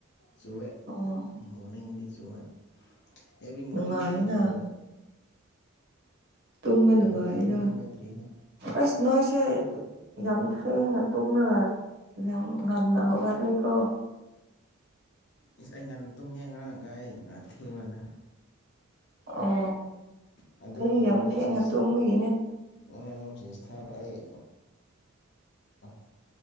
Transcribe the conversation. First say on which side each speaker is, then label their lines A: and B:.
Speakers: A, on the left; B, on the right.
A: ꯆꯨꯋꯦ
B: ꯑꯣ
A: ꯃꯣꯔꯅꯤꯡꯉꯗꯤꯁꯨꯋꯦ ꯑꯦꯕ꯭ꯔꯤ ꯃꯣꯔꯅꯤꯡꯅꯤꯗ
B: ꯅꯨꯡꯉꯥꯏꯌꯦꯅ
A: ꯆꯨꯕꯋꯦ
B: ꯇꯨꯝꯃ ꯅꯨꯡꯉꯥꯏꯌꯦꯅ
A: ꯑꯗꯨꯒꯤ ꯇꯨꯝꯕ ꯍꯧꯒꯠꯇ꯭ꯔꯤꯗ
B: ꯑꯁ ꯅꯣꯏꯁꯦ ꯌꯥꯝ ꯊꯦꯡꯉ ꯇꯨꯝꯔꯒ ꯉꯟꯅꯥ ꯍꯧꯒꯠꯂꯨꯀꯣ
A: ꯏꯁ ꯑꯩ ꯉꯥꯟ ꯇꯨꯝꯃꯦ ꯉꯔꯥꯡ ꯒꯥꯏꯅ ꯊꯦꯡꯕꯗ
B: ꯑꯣ
A: ꯑꯗꯣ
B: ꯑꯩꯗꯤ
A: ꯅꯪꯉꯣꯟꯗ
B: ꯌꯥꯝ ꯊꯦꯛꯉꯥ
A: ꯃꯦꯁꯦꯖ
B: ꯇꯨꯝꯕꯒꯤꯅꯦ
A: ꯅꯪꯉꯣꯟꯗ ꯃꯦꯁꯦꯁ ꯊꯥꯗꯥ ꯑꯩ <unintelligible>